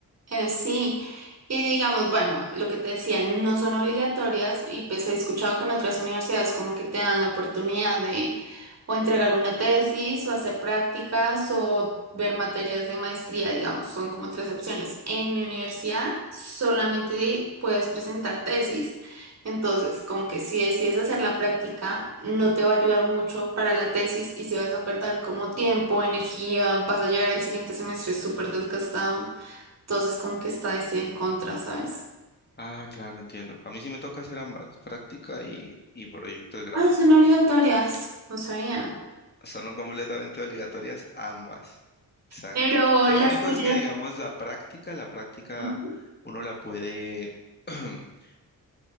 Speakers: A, on the right (about 45°); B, on the left (about 25°).
A: Eh, sí, y digamos, bueno, lo que te decía, no son obligatorias y pues he escuchado que en otras universidades como que te dan la oportunidad de o entregar una tesis o hacer prácticas o ver materias de maestría, digamos, son como tres opciones. En mi universidad solamente puedes presentar tesis, entonces como que si decides hacer la práctica no te va a ayudar mucho para la tesis y si vas a perder como tiempo, energía, vas a llegar al siguiente semestre súper desgastado. Entonces como que está ese contra, ¿sabes?
B: Ah, claro, entiendo. A mí sí me toca hacer ambas, práctica y, y proyecto de grado.
A: Ah, son obligatorias, no sabía.
B: Son completamente obligatorias ambas. Exacto.
A: Pero
B: Lo
A: las
B: único
A: tuyas...
B: es que, digamos, la práctica, la práctica
A: Ujú,
B: uno la puede <clears throat>